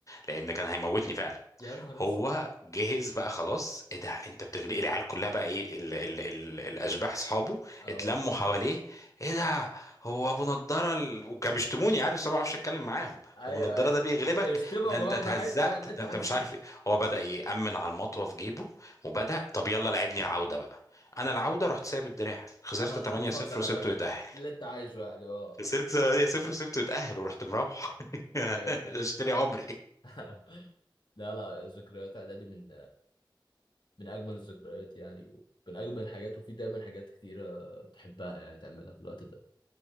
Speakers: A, on the left; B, on the left.
A: لان كان هيموتني فعلا
B: يا نهار
A: هو
B: اسود
A: جهز بقى خلاص ايه ده انت بتغلي العيال كلها بقى ايه ال ال ال الاشباح اصحابه
B: اه
A: اتلموا حواليه ايه ده هو ابو نضاره ال... وكان بيشتموني عادي بس أنا ما بعرفش اتكلم معاهم
B: ايوه
A: هو ابو نضاره
B: ايوه
A: ده بيغلبك
B: اشتموا
A: ده
B: يا
A: انت
B: جماعة
A: اتهزقت
B: براحتكم يعني اللي
A: ده
B: انتوا
A: انت
B: عايزينه
A: مش عارف ايه هو
B: اه
A: بدأ يأمن على المطوه في جيبه وبدأ
B: اه
A: طب يلا لعبني العوده بقى انا العوده رحت سايب الدراع خسرت
B: اه
A: 8-0
B: طب اتفضل
A: وسبته
B: يا باشا
A: يتأهل
B: اللي انت عايزه يعني اه
A: خسرت 8-0 وسبته يتأهل ورحت مروح
B: <laughs> ايوه
A: <laughs> اشتري عمري
B: <laughs> لا لا ذكريات اعدادي من من اجمل الذكريات يعني ومن اجمل الحاجات وفي دايما حاجات كتيره تحبها يعني تعملها في الوقت ده